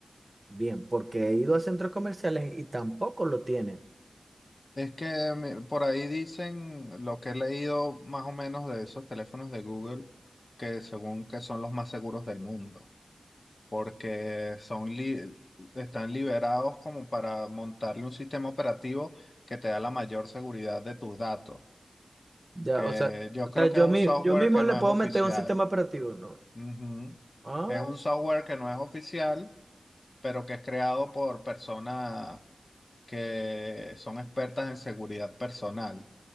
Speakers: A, on the right; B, on the left.
A: bien, porque he ido a centros comerciales y tampoco lo tienen.
B: es que mi- por ahí dicen lo que he leído más o menos de esos teléfonos de Google, que según que son los más seguros del mundo. porque son li- están liberados como para montarle un sistema operativo que te da la mayor seguridad de tus datos,
A: Ya,
B: que
A: o sea,
B: yo
A: o sea,
B: creo que
A: yo,
B: es un
A: mi-
B: software
A: yo mismo
B: que
A: le
B: no
A: puedo
B: es oficial.
A: meter un sistema operativo, ¿no?
B: Ujú.
A: Ah.
B: Es un software que no es oficial, pero que es creado por personas que son expertas en seguridad personal.